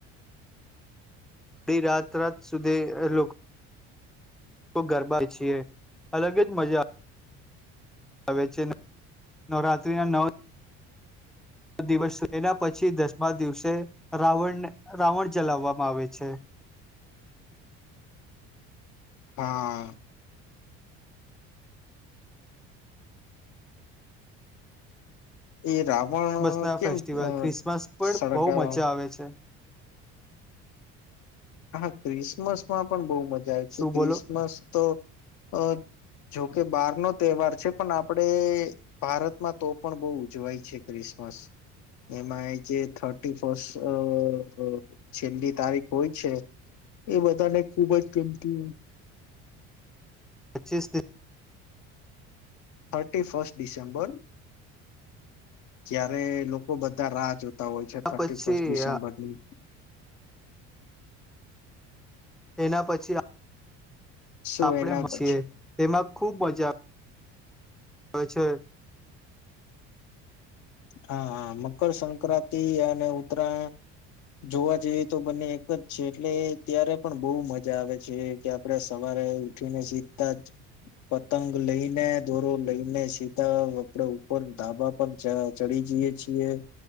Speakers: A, in the centre; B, on the left.
A: અડી રાત રાત સુધી લોકો તો ગરબા છીએ અલગ જ મજા આવે છે ન નવરાત્રીના નવ દિવસ એના પછી દસમા દિવસે રાવણને રાવણ જલાવવામાં આવે છે.
B: હા એ રાવણ
A: ક્રિસમસ ના
B: કેમ
A: ફેસ્ટિવલ
B: અ
A: ક્રિસમસ પણ
B: સળગાવવામાં
A: બહુ મજા આવે છે
B: ક્રિસમસ માં પણ બહુ મજા આવે છે.
A: શું
B: ક્રિસમસ
A: બોલો
B: તો અ જોકે બહાર નો તહેવાર છે. પણ આપડે ભારતમાં તો પણ બહુ ઉજવાય છે, ક્રિસ મસ એમાં જે થર્ટી ફસ્ટ અ અ છેલ્લી તારીખ હોય છે એ બધાને ખુબ જ ગમતી હોય
A: પચ્ચીસ દિન
B: થર્ટી ફસ્ટ ડિસેમ્બર. જય્યારે લોકો બધા રાહ જોત તા હોય છે.
A: પછી
B: થટી ર્ફર્સ્ટ ડિસેમ્બર ની
A: એના પછી આ
B: શું
A: આપણે
B: એના પછી
A: છીએ તેમાં ખુબ મજા હોએ છે.
B: હા હા મકર સંંક્રાંતિ અને ઉત્તરાયણ જોવા જેવી તો બંને એક જ છે. એટલે ત્યારે પણ બહુ મજા આવે છે. કે આપણે સવાર રે ઉઠીને સિધાજ પતંગ લઈને, દોરો લઈને સીધા આપણે ઉપર ઉપર ધાબા પર જા ચડી જઈએ છીએ.